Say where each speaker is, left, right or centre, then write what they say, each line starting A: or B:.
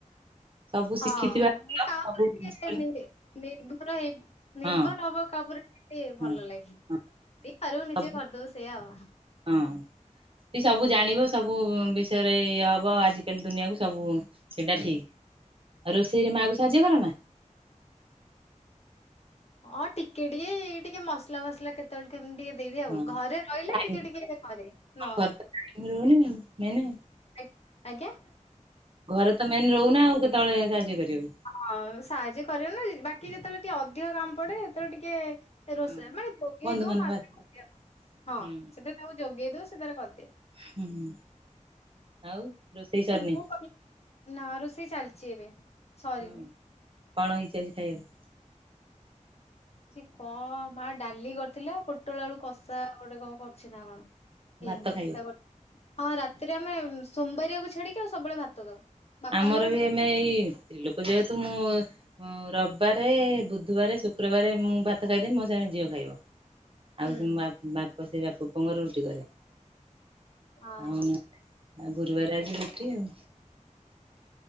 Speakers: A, on the right (about 45°); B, on the left (about 50°).
A: ସବୁ
B: ହଁ
A: ଶିଖିଥିବା
B: କାହା ଉପରେ
A: ଭଲ ସବୁ
B: ଟିକେ
A: ହଁ
B: ନିର୍ଭର ହେଇ ନିର୍ଭର
A: ହଁ
B: ହବ କାହା ଉପରେ <unintelligible> ଟିକେ ଭଲ
A: ହଁ
B: ଲାଗେ
A: ହଁ
B: ଦେଇପାରିବୁ ନିଜେ
A: ସବୁ
B: କରିଦବୁ ସେଇଆ ଆଉ
A: ହଁ। ବି ସବୁ ଜାଣିବ ସବୁ ବିଷୟରେ ଇଏ ହବ ଆଜିକାଲି ଦୁନିଆକୁୁ ସବୁ। ସେଇଟା ଠିକ। ଆଉ ରୋଷେଇରେ ମାକୁ ସାହାଯ୍ୟ କର ନା?
B: ହଁ ଟିକେ ଟିକେ ଏଇ ଟିକେ ମସଲା ଫସଲା କେ। କେତେବେଳେ କେମିତି ଟିକେ ଦେଇଦିଏ
A: ହଁ
B: ଆଉ ଘରେ ରହିଲେ
A: ଟାଇମ୍
B: ଟିକେ ଟିକେ କରେ ନ।
A: ଘରେ ତ ରହୁନି ଆଉ ମେନେ।
B: ଆକ୍ ଆଜ୍ଞା!
A: ଘରେ ତ ମେନ୍ ରହୁନା ଆଉ କେତେବେଳେ ସାହାଯ୍ୟ କରିବ?
B: ହଁ ସାହାଯ୍ୟ କରିବ ନା ବାକି ଯେତେବେଳେ ଟିକେ ଅଧିକ କାମ ପଡେ ସେତେବେଳେ ଟିକେ ରୋଷେଇ
A: ହଁ।
B: ମାନେ ଯୋଗେଇ
A: ବନ୍ଧୁବାନ୍ଧବ
B: ଦଉ ମା ତାର
A: ଆସିବେ
B: କରିଦିଏ ହଁ
A: ହୁଁ
B: ସେଥିରେ ତାକୁ ଯୋଗେଇ ଦଉ ସେ ତାର କରିଦିଏ।
A: ହୁଁ ଆଉ ରୋଷେଇ ସରିନି?
B: ମୁଁ ନା ରୋଷେଇ ଚାଲିଛି ଏବେ ସରିନି।
A: ହଁ କଣ ହେଇଛି ଆଜି ଖାଇବାକୁ?
B: ସେ କଣ ମା ଡାଲି କରିଥିଲା ପୋଟଳ ଆଳୁ କଷା ଗୋଟେ କଣ କରଛି ନା କଣ।
A: ଭାତ
B: ଏମତି
A: ଖାଇବ।
B: ହଁ ରାତିରେ ଆମେ ସୋମବାରିଆକୁ ଛାଡିକି ଆଉ ସବୁବେଳେ ଭାତ ଖାଉ। ବାପାଙ୍କର
A: ଆମର
B: ଡେ
A: ବି ଏମେ ଏଇ ଲୋକ ଯେହେତୁ ମୁଁ ହଁ ରବିବାରେ ବୁଧବାରେ ଶୁକ୍ରବାରେ ମୁଁ ଭାତ ଖାଇଦେବି ମୋ ସାଙ୍ଗେ ଝିଅ ଖାଇବ। ଆଉ
B: ହୁଁ
A: ସେ ବାପ ବାପ ସେ ବାପ ପୁଅଙ୍କର ରୁଟି କରେ
B: ହଁ
A: ଆଉ ଆଉ ଗୁରୁବାର ଆଜି ରୁଟି ଆଉ